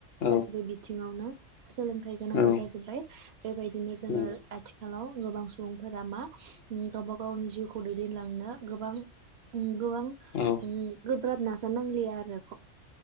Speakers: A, on the left; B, on the right.
A: औ
B: गासैबो बिथिङावनो सोलोंथाइ गोनांबो
A: औ
B: जाजोबबाय बेबायदिनो जोंङो
A: नंगौ
B: आथिखालाव गोबां सुबुं फोरा मा उम गावबा गावनि जिउ खौ दैदेनलांनो गोबां उम गोबां
A: औ
B: उम गो ब्राब नाजानांलियाआरो ख